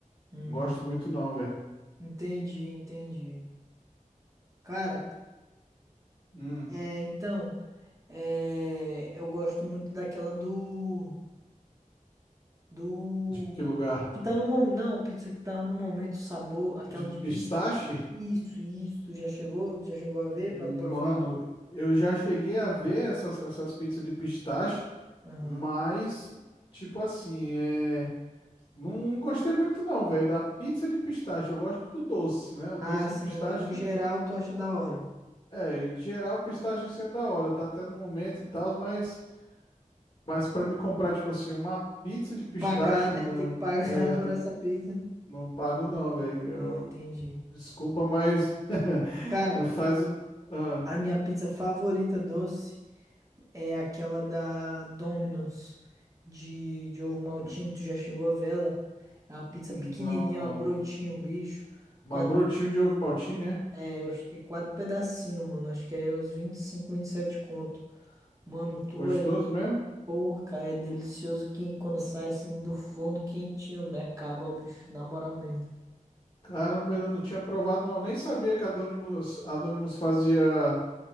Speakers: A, on the right; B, on the left.
A: Hum,
B: Gosto muito não, velho.
A: entendi, entendi. Cara,
B: Hum,
A: é, então, é, eu gosto muito daquela do, do,
B: de que lugar?
A: que tá no momento, não, pizza que tá no momento, o sabor, aquela
B: De
A: de pis...
B: pistache?
A: Isso, isso, tu já chegou, já chegou a ver
B: Mano,
A: pra provar?
B: eu já cheguei a ver essas, essas pizzas de pistache,
A: Aham.
B: mas, tipo assim, é... Não, gostei muito não, velho, da pizza de pistache. Eu gosto do doce, né? O
A: Ah,
B: doce de
A: sim,
B: pistache,
A: o, o em geral tu acha da hora.
B: é, em geral, pistache assim é da hora, tá até no momento e tal, mas, mas para me comprar, tipo assim, uma pizza de pistache,
A: Pagar,
B: mano,
A: né? Tem que pagar
B: eu- é,
A: <laughs> por essa pizza.
B: não pago não, velho.
A: Não, entendi.
B: Desculpa, mas <laughs>
A: Cara,
B: não faz. o- Ah,
A: a minha pizza favorita doce é aquela da Domino's de, de ovo maltine. Tu já chegou a ver ela? É uma pizza
B: não,
A: pequenininha,
B: mano.
A: uma brotinho, bicho.
B: Mas
A: Quatro,
B: brotinho de ovo maltine, é?
A: é, eu acho que é quatro pedacinhos, mano. Acho que é uns 25, sete conto. Mano, tu
B: Gostoso
A: é.
B: mesmo?
A: Porra, cara, é delicioso que quando sai assim do forno quentinho, me acaba, ó, bicho. Na moral mesmo.
B: Caramba, ainda não tinha provado, não. Nem sabia que a Donimo's, a Donimo's fazia